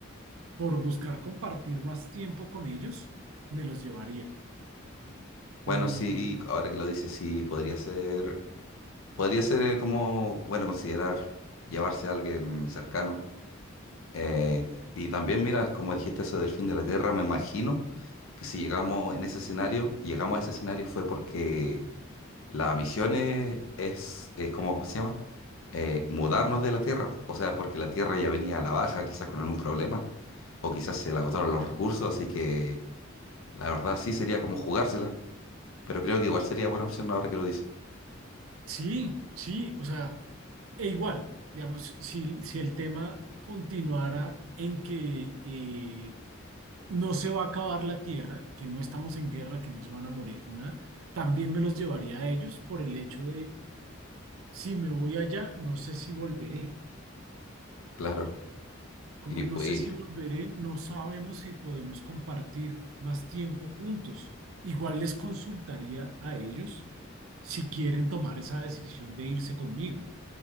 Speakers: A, on the right; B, on the left.
A: por buscar compartir más tiempo con ellos, me los llevaría.
B: Bueno,
A: Po-
B: sí, ahora que lo dices, sí, podría ser. Podría ser eh, como, bueno, considerar llevarse a alguien cercano. Eh, y también, mira, como dijiste eso del fin de la Tierra, me imagino que si llegamos en ese escenario, llegamos a ese escenario fue porque la misión es, es, es como ¿cómo se llama? Eh, mudarnos de la Tierra. O sea, porque la Tierra ya venía a la baja, quizás con algún problema, o quizás se le agotaron los recursos, así que la verdad sí sería como jugársela. Pero creo que igual sería buena opción ahora que lo dices.
A: sí, sí, o sea, e igual, digamos, si, si el tema continuara en que eh, no se va a acabar la tierra, que no estamos en guerra, que no se van a morir, nada, también me los llevaría a ellos por el hecho de, si me voy allá, no sé si volveré.
B: Claro.
A: Como
B: Y
A: no
B: pues,
A: sé si volveré, no sabemos si podemos compartir más tiempo juntos. Igual les consultaría a ellos si quieren tomar esa decisión de irse conmigo,